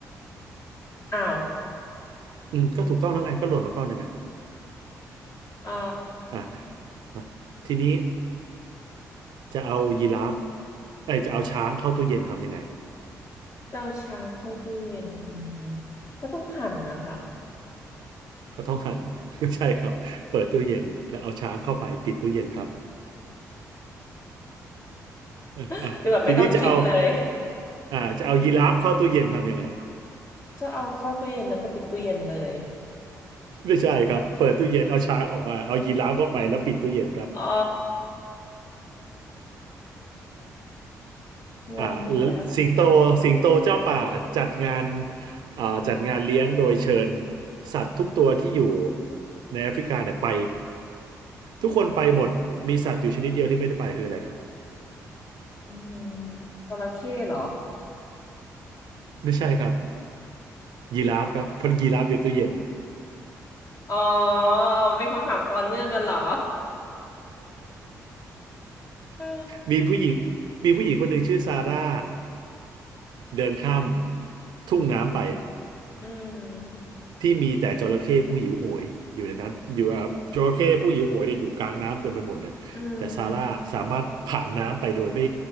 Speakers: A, on the left; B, on the right.
A: อ้าว
B: อืม ก็ถูกต้องแล้วไงก็หล่นมาก้อนหนึ่งไง
A: อ๋อ
B: อ่ะอ่ะทีนี้จะเอายีราฟไอยจะเอาช้างเข้าตู้เย็นทำยังไง
A: เจ้าช้างเข้าตู้เย็นทำยังไงก็ต้องหั่นนะคะ
B: เขาต้องหัด <laughs> ไม่ใช่ครับเปิดตู้เย็นแล้วเอาช้างเข้าไปปิดตู้เย็นครับ อ่ะอ่ะทีนี้จะเอา
A: <laughs> คือแบบไม่ต้องคิดเลย
B: อ่าจะเอายีราฟเข้าตู้เย็นทำยังไง
A: ก็เอาเข้าตู้เย็นแล้วก็ปิดตู้เย็นเลย
B: ไม่ใช่ครับ เปิดตู้เย็นเอาช้างออกมาเอายีราฟเข้าไปแล้วปิดตู้เย็นครับ
A: อ๋อ <laughs> งงนะ
B: อ่าแล้วสิงโตสิงโตเจ้าป่าจัดงานอ่าจัดงานเลี้ยงโดยเชิญสัตว์ทุกตัวที่อยู่ในแอฟริกาเนี่ยไป ทุกคนไปหมดมีสัตว์อยู่ชนิดเดียวที่ไม่ได้ไปคืออะไรครับ
A: อืมจระเข้เหรอ
B: ไม่ใช่ครับยีราฟครับเพราะยีราฟอยู่ตู้เย็น
A: อ๋อเป็นคำถามต่อเนื่องกันเหรอ <laughs> อ
B: <laughs> มีผู้หญิงมีผู้หญิงคนหนึ่งชื่อซาร่า เดินข้ามทุ่งน้ำไป
A: อืม
B: ที่มีแต่จระเข้ผู้หิวโหยอยู่ในนั้นอยู่อ่ะจระเข้ผู้หิวโหยเนี่ยอยู่กลางน้ำเต็มไปหมดเลยแต่ซาร่าสามารถผ่านน้ำไปโดยไม่
A: อืม